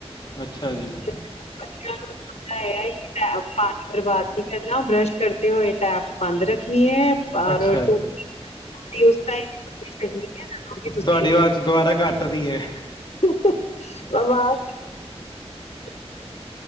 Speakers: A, on the left; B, on the left.
A: ਅੱਛਾ ਜੀ-
B: ਬੱਚਿਆਂ ਨੂੰ ਸਮਝਾਯਾ। ਪਾਣੀ ਬਰਬਾਦ ਨਹੀ ਕਰਨਾ, ਬਰਸ਼ ਕਰਦੇ ਹੋਏ ਟੈਪ ਬੰਦ ਰੱਖਣੀ ਹੈ। ਔਰ
A: ਅੱਛਾ ਜੀ-
B: ਟੂਟੀ ਉਸ ਤ ਕੋ ਕਰਨੀ ਹੈਦੋ ਕਿ ਤੁਸੀ
A: ਤੁਹਾਡੀ ਆਵਾਜ਼ ਦੁਬਾਰਾ ਕੱਟ ਰਹੀ ਏ।
B: <unintelligible> ਆਵਾਜ <unintelligible>